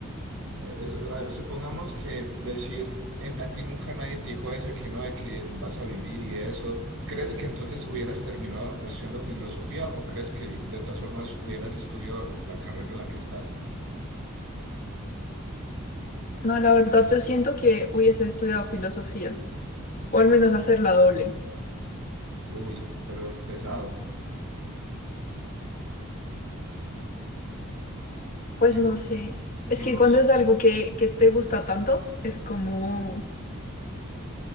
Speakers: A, on the right; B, on the left.
A: eh, a ver, supongamos que decir, en, a ti nunca nadie te dijo eso, que no, de que vas a vivir y eso. ¿Crees que entonces hubieras terminado haciendo filosofía o crees que de todas formas hubieras escogido la carrera en la que estás?
B: No, la verdad yo siento que hubiese estudiado filosofía,
A: Ok.
B: o al menos hacerla doble
A: Uy, pero pesado.
B: Pues
A: Yo,
B: no sé,
A: yo
B: es que
A: no
B: cuando
A: sé.
B: es
A: <clears throat>
B: algo que, que te gusta tanto, es como,